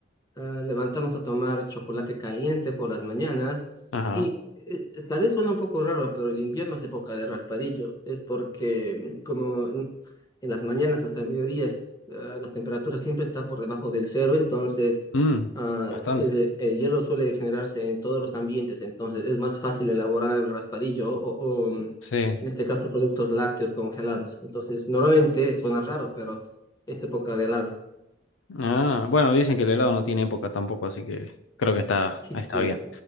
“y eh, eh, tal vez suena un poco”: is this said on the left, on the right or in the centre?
Left